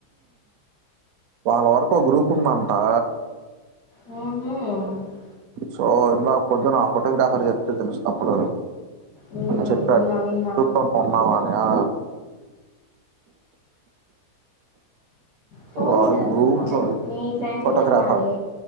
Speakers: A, on the right; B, on the left.
A: వాళ్ళ వరకు ఒక గ్రూప్ ఉందంటా
B: ఓహో
A: సో ఇందాక పొద్దున అమ్మదగ్గర అందరూ చెప్తే తెలిసింది అప్పుడు
B: మ్మ్
A: సరే
B: విన్నా విన్నా
A: గ్రూప్ లో ఉన్నావా ఆ
B: సోముగా
A: వాడు గ్రూప్
B: అదే మీ ఫ్రెండ్
A: ఫోటోగ్రాఫర్
B: ఉన్నాడే